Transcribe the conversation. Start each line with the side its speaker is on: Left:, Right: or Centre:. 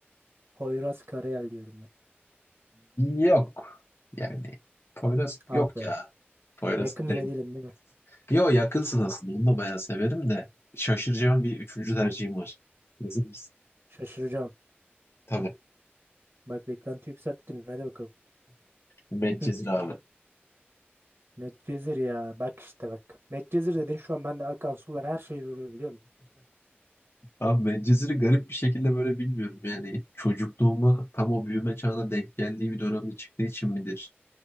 Right: Poyraz Karayel diyorum ben.
Left: Yok. Yani Poyraz
Right: Ah
Left: yok
Right: be.
Left: ya. Poyraz
Right: Yakın
Left: Karayel.
Right: bile değilim değil mi?
Left: Yo yakınsın aslında. Onu da bayağı severim de. Şaşıracağım bir üçüncü tercihim var. Hazır mısın?
Right: Şaşıracağım.
Left: Tabii.
Right: Bak beklenti yükselttin. Hadi bakalım.
Left: Medcezir
Right: Hıh.
Left: abi.
Right: Medcezir ya. Bak işte bak. Medcezir dedin şu an bende akan sular her şey durdu biliyor musun?
Left: Abi Medcezir'i garip bir şekilde böyle bilmiyorum. Yani çocukluğuma tam o büyüme çağına denk geldiği bir dönemde çıktığı için midir?